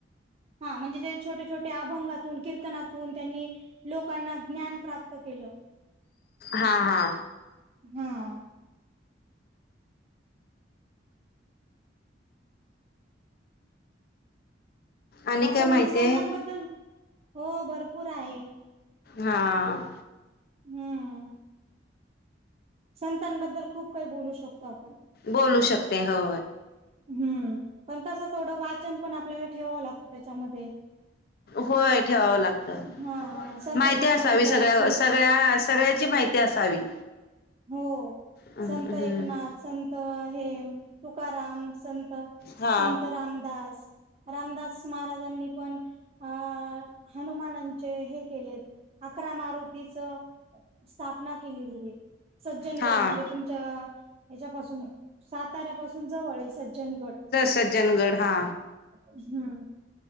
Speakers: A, on the right; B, on the left.
A: हा म्हणजे छोटे छोटे अभंगातून कीर्तनातून त्यांनी लोकांना ज्ञान प्राप्त केलं.
B: हा हा
A: हम्म
B: आणि
A: असं
B: काय
A: म्हणजे
B: माहिती
A: संतांबद्दल
B: आहे
A: हो भरपूर आहे
B: हां
A: हम्म संतांबद्दल खूप काही बोलू शकतो आपण
B: बोलू शकते हो
A: हम्म पण तसं थोडं वाचन पण आपल्याला ठेवावं लागतं त्याच्यामध्ये
B: होय ठेवावं लागत
A: हा हा संत
B: माहिती
A: ज्ञानेश्वर,
B: असावी सगळ्या
A: संत
B: सगळ्या सगळ्याची माहिती असावी
A: हो
B: हम्म,
A: संत
B: हम्म.
A: एकनाथ संत हे तुकाराम संत
B: हा
A: संत रामदास रामदास महाराजांनी पण अ हनुमानांचे हे केले. अकरा मारुतीच स्थापना केलेली आहे. सज्जनगड,
B: हा
A: म्हणजे तुमच्या हच्यापासून साताऱ्यापासून जवळ आहे सज्जनगड.
B: सज्जनगड हा
A: हम्म